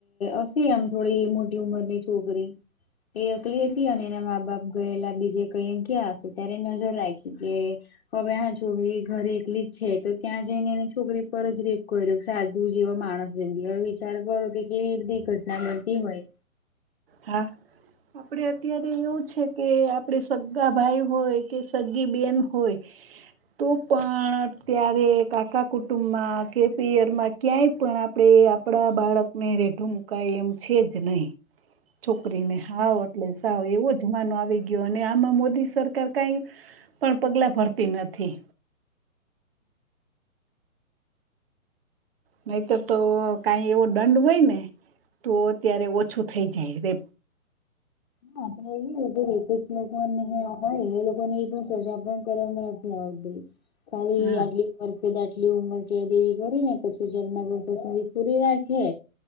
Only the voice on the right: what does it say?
હા આપડે અત્યારે એવું છે કે આપડે સગગા ભાઈ હોય કે સગી બેન હોય તો પણ ત્યારે કાકા કુટુંબમાં કે પીયરમાં ક્યાંય પણ આપણે આપણા બાળકને રેઢું મુકાય એમ છે જ નહીં છોકરીને સાાવ એટલે સાવ એવો જમાનો આવી ગયો અને આમાં મોદી સરકાર કઈ પણ પગલા ભરતી નથી. નહીતર તો કઈ એવો દંડ હોય ને તો અત્યારે ઓછું થઈ જાય રે.
હા